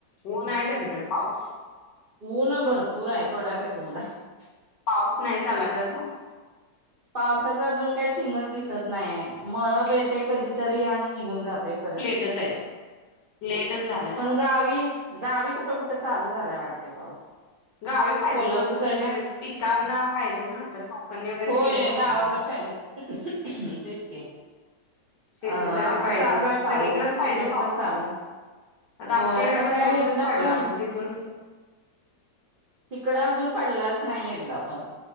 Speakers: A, on the left; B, on the right.
A: ऊन आहे का तिकड पाऊस?
B: ऊन भरपुर आहे कडाक्याच ऊन आहे
A: पाऊस नाही झाला अजुन?
B: पावसाचं अजुन काही चिन्हच दिसत नाहीय मळब येते कधीतरी आणि निघुन जाते परत.
A: कसय. लेटच झालाय
B: पण
A: पाऊस.
B: गावी गावी कुठं कुठं चालु झालाय वाटतय पाऊस.
A: गावी पाहिजेच
B: कोल्हापूर
A: ओ आता
B: साईडला
A: ते पिकांना पाहिजे नाता टोकन वगैरे
B: होय
A: केले लोकांन.
B: गावाकडे पाहिजे तेच की.
A: शेतीसाठी
B: अं आता
A: पाहिजे
B: चालुय पाऊस
A: सगळीकडेच पाहिजे
B: कुठं कुठं
A: पाऊस
B: चालु
A: आमच्या
B: हो आता
A: इकडे पण
B: काय
A: दोन दिवस
B: इकडं
A: पडला
B: पण येईल.
A: मग तिथून
B: हिकडं अजुन पडलाच नाही एकदा पण.